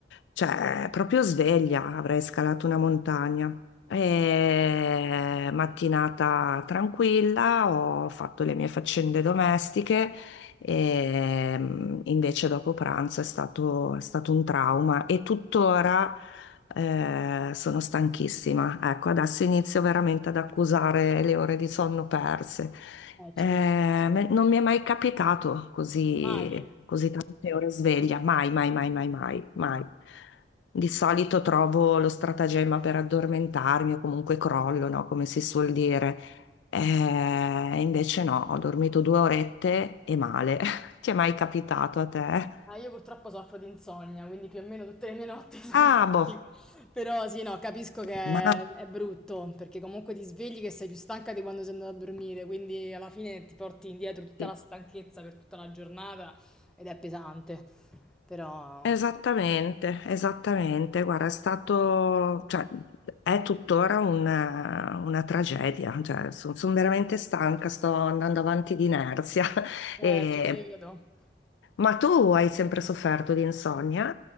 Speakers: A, on the left; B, in the centre.
A: Cioè, proprio sveglia, avrei scalato una montagna. E mattinata tranquilla, ho fatto le mie faccende domestiche e mm, invece dopo pranzo è stato, è stato un trauma e tuttora. Eh, sono stanchissima. Ecco, adesso inizio veramente ad accusare le ore di sonno perse.
B: Ah, ci
A: Eh,
B: credo.
A: me- non mi è mai capitato così,
B: Mai?
A: così tante ore sveglia, mai, mai, mai, mai, mai, mai. Di solito trovo lo stratagemma per addormentarmi o comunque crollo, no? Come si suol dire. Eh, invece no, ho dormito due orette e male. <laughs> Ti è mai capitato a te?
B: Ah, io purtroppo soffro di insonnia, quindi più o meno tutte le mie notti <laughs> sono
A: Ah,
B: così.
A: boh,
B: Però sì, no, capisco che è
A: ma
B: è brutto, perché comunque ti svegli che sei più stanca di quando sei andata a dormire, quindi alla fine ti porti indietro tutta
A: sì.
B: la stanchezza per tutta la giornata ed è pesante. Però...
A: Esattamente, esattamente. Guarda, è stato, cioè, è tuttora un, eh, una tragedia. Cioè, sono veramente stanca, sto andando avanti di inerzia. <laughs>
B: Eh,
A: E-
B: ci credo.
A: Ma tu hai sempre sofferto di insonnia?